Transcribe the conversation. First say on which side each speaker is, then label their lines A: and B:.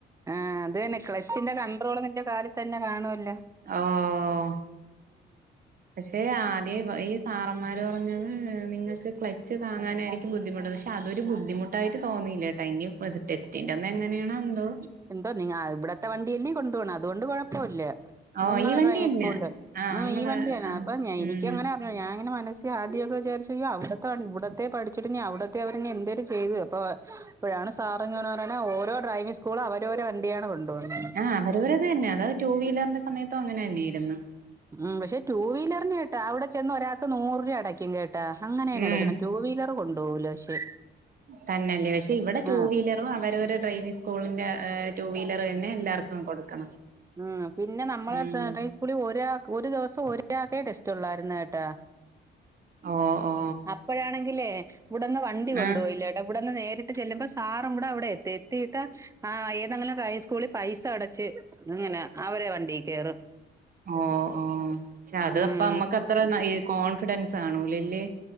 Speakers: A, on the right; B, on the right.
A: ആഹ് അത് തന്നെ ക്ലച്ചിന്റെ കൺണ്ട്രോള് നിന്റെ കാലിൽ തന്നെ കാണുവല്ലോ
B: ആഹാ പക്ഷെ ആദ്യെ ഈ സാറന്മാര് പറഞ്ഞത് നിങ്ങക്ക് ക്ലച്ച് താങ്ങാനായിരിക്കും ബുദ്ധിമുട്ട പക്ഷെ അതൊരു ബുദ്ധിമുട്ടായിട്ട് തോന്നീല്ലട്ടോ. ഇനി ടെസ്റ്റിൻ്റെന്ന് എങ്ങനെണോ എന്തോ
A: എന്തോ നി ഇവിടത്തെ വണ്ടിയല്ലേ കൊണ്ടു പോണ അതുകൊണ്ട് കുഴപ്പല്ല
B: ഓ
A: നിങ്ങളെ
B: ഈ വണ്ടി
A: ഡ്രൈവിംഗ്
B: തന്നെ
A: സ്കൂളില് ആ
B: നമ്മള്
A: ഈ വണ്ടിയാണോ
B: ആ
A: അപ്പം എനിക്കങ്ങനെ
B: ഉം
A: ഞാ ഇങ്ങനെ മനസ്സി ആദ്യക്കെ വിചാരിച്ചു യ്യോ അവ് ഇവിടത്തെ പഠിച്ചിട്ട് നി അവിടത്തെ അവര് നി എന്തേർ ചെയ്ത് അപ്പൊ പ്പോഴാണ് സാറിങ്ങനെ പറയണ ഓരോ ഡ്രൈവിംഗ് സ്കൂൾ അവരോരോ വണ്ടിയാണ് കൊണ്ടോണ
B: ആ അവവരത് തന്നെ. അതായത് ടു വീലറിന്റെ സമയത്തും അങ്ങനെ തന്നെയിരുന്നു
A: ഉം പക്ഷെ ടുവീലറിൻ കിട്ട് അവിടെ ചെന്ന് ഒരാൾക്ക് നൂറ് രൂപ അടയ്ക്കും കേട്ട് അങ്ങനെയാണ്
B: ഉം
A: എടുക്കണ ടു വീലർ കൊണ്ടോവൂല പക്ഷെ
B: തന്നെ ല്ലേ പക്ഷെ ഇവിടെ ടൂ
A: ആ
B: വീലർ അവരോര് ഡ്രൈവിംഗ് സ്കൂളിന്റെ ടു വീലർ തന്നെ എല്ലാർക്കും കൊടുക്കണം
A: ഉ പിന്നെ നമ്മളെ
B: ഉം
A: ഡ്രൈവിംഗ് സ്കൂളിൽ ഒരാ ഒരു ദിവസം ഒരാക്കെ ടെസ്റ്റ് ഉള്ളായിരുന്നു കേട്ടാ
B: ഓ ഓ
A: അപ്പഴാണെങ്കിലേ വിടന്ന് വണ്ടി കൊണ്ടുപോയില്ലട്ടോ
B: ആ
A: ഇവിടന്ന് നേരിട്ട് ചെല്ലുമ്പ സാറും കൂടെ അവിടെ എത്തി. എത്തിയിട്ട് ആ ഏതെങ്കിലും റൈസ് സ്കൂളിൽ പൈസ അടച്ച് ഇങ്ങനെ അവരെ വണ്ടി കേറും
B: ഓ ഓ പക്ഷെ അത്പ്പ
A: ഉം
B: മ്മക്ക് അത്ര ഈ കോൺഫിഡൻസ് ആണൂലല്ലേ